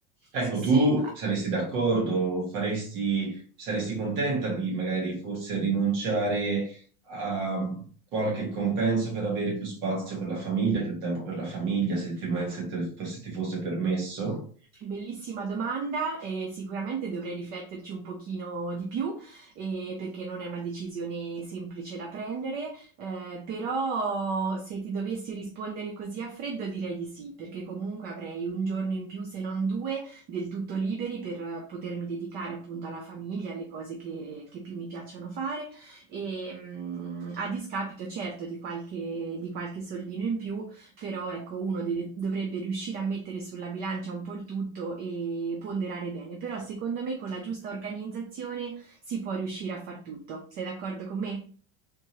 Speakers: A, on the right; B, on the right.
A: Ecco,
B: Sì, sì,
A: tu
B: ma
A: saresti d'accordo, faresti, saresti contenta di magari forse rinunciare a qualche compenso per avere più spazio per la famiglia, più tempo per la famiglia, se ti, se te- se ti fosse permesso?
B: Bellissima domanda e sicuramente dovrei rifletterci un pochino di più, ehm, perché non è una decisione semplice da prendere, ehm, però se ti dovessi rispondere così a freddo direi di sì, perché comunque avrei un giorno in più, se non due, del tutto liberi per eh, potermi dedicare appunto alla famiglia, alle cose che, che più mi piacciono fare, e, mm, a discapito certo di qualche, di qualche soldino in più però ecco, uno deve- dovrebbe riuscire a mettere sulla bilancia un po' il tutto e ponderare bene. Però secondo me con la giusta organizzazione si può riuscire a far tutto. Sei d'accordo con me?